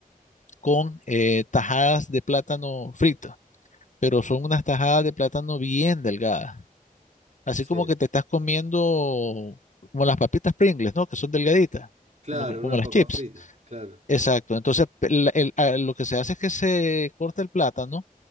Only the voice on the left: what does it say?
con eh, tajadas de plátano frito pero son unas tajadas de plátano bien delgadas, así
como que te estás comiendo como las papitas Pringles, ¿no? Que son delgaditas,
como, que-
como las
chips.
Exacto, entonces pe- la- el- a- lo que se hace es que se corta el plátano